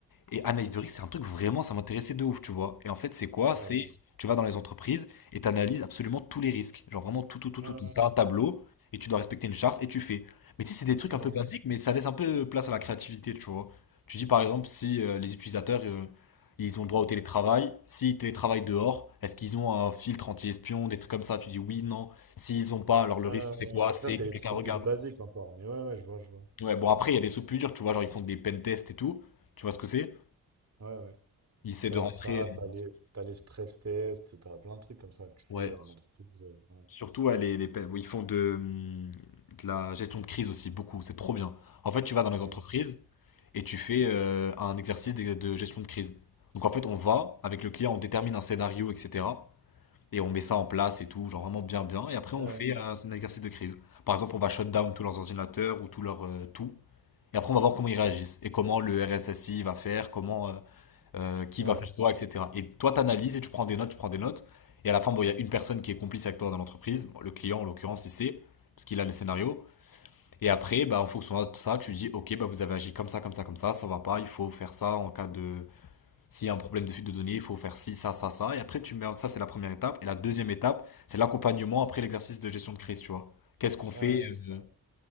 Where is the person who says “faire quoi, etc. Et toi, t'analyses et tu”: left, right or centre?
Left